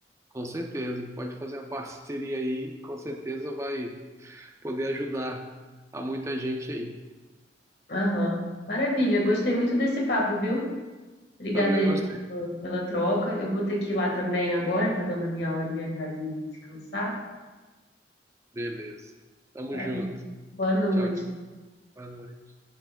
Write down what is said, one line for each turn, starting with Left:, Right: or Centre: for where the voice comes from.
Right: Com certeza, a gente pode fazer uma parceria aí, com certeza vai. poder ajudar a muita gente aí.
Left: Aham. Maravilha, gostei muito desse papo, viu? Obrigada
Right: Também
Left: aí
Right: gostei.
Left: pela pela troca. Eu vou ter que ir lá também agora, tá dando a minha horinha já de descansar.
Right: Beleza. Tamo
Left: Vale.
Right: junto.
Left: Boa noite.
Right: Tchau, tchau. Boa noite.